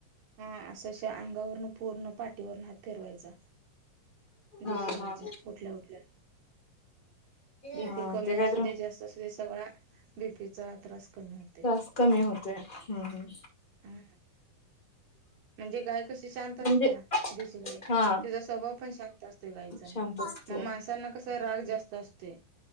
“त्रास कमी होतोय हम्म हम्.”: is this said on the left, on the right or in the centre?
Left